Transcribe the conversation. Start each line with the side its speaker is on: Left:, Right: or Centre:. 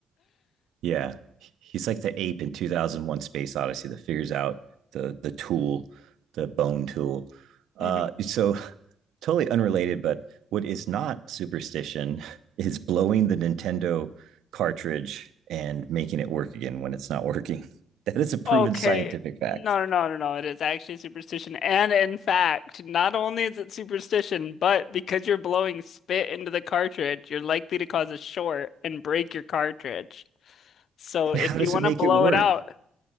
Right: yeah, he's like the ape in 2001 Space Odyssey that figures out the, the tool, the bone tool. Uh,
Left: Mhm.
Right: so <laughs> totally unrelated, but what is not superstition <laughs> is blowing the Nintendo cartridge and making it work again when it's not working. <laughs> That is a proven
Left: Okay.
Right: scientific fact.
Left: No, no, no, no, no. It is actually superstition. And in fact, not only is it superstition, but because you're blowing spit into the cartridge, you're likely to cause a short and break your cartridge. So
Right: And
Left: if
Right: how does
Left: you want
Right: it make
Left: to blow
Right: it work?
Left: it out,